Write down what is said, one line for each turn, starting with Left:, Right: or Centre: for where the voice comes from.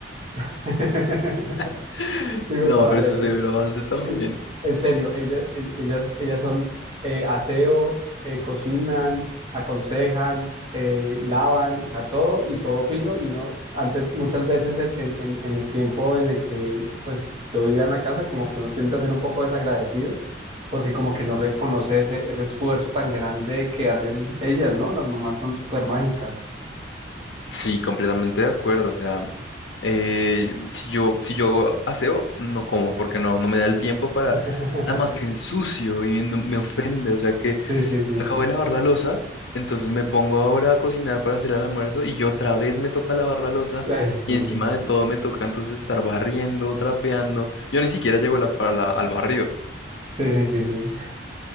Right: <laughs>
Left: <laughs>
Right: Llego
Left: No,
Right: hasta barrer,
Left: pero eso es
Right: sí.
Left: severo avance también.
Right: En, en serio, ellas, e- ellas, ellas son eh, aseo, eh, cocinan, aconsejan, eh, lavan, o sea, todo y todo fino. Y uno, antes, muchas veces en, en, en en el tiempo en el que pues yo vivía en la casa, como que uno tiende a ser un poco desagradecido, porque como que no reconoce ese, ese esfuerzo tan grande que hacen ellas, ¿no? Las mamás son súper mágicas.
Left: Sí, completamente de acuerdo. O sea, eh, si yo, si yo aseo, no como, porque no, no me da el tiempo para,
Right: <laughs>
Left: además que ensucio y no- me ofende. O sea que
Right: Sí, sí, sí,
Left: acabo
Right: sí,
Left: de lavar
Right: sí.
Left: la losa, entonces me pongo ahora a cocinar para hacer el almuerzo y yo otra vez me toca lavar la losa
Right: Ay, sí,
Left: y encima
Right: sí, sí,
Left: de todo
Right: sí.
Left: me toca entonces estar barriendo, trapeando. Yo ni siquiera llego a la, para la- al barrio.
Right: Sí, sí, sí, sí.